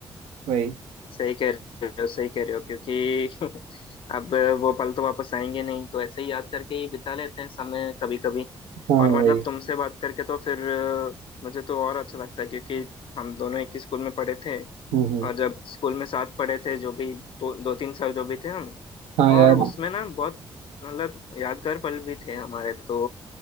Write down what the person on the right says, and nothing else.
वही
हाँ
वही
हम्म हम्म।
हाँ यार